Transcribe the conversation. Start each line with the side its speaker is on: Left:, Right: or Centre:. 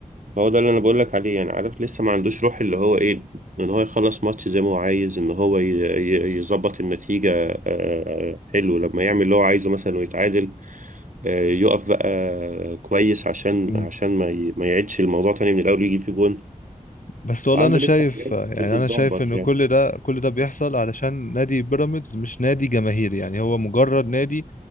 Right: فهو ده اللي انا بقول لك عليه يعني عارف لسه ما عندوش روح اللي هو ايه ان هو يخلص ماتش زي ما هو عايز ان هو ي- ي- يظبط النتيجه آه، حلو لما يعمل اللي هو عايزه مثلا ويتعادل آه، يقف بقى كويس عشان
Left: امم
Right: عشان ما ي- ما يعيدش الموضوع تاني من الاول يجيب فيه جون
Left: بس والله
Right: عنده
Left: انا شايف
Right: لسه حاجات
Left: يعني
Right: بتتظبط
Left: انا شايف ان
Right: يعني
Left: كل ده كل ده بيحصل علشان نادي بيراميدز مش نادي جماهيري يعني هو مجرد نادي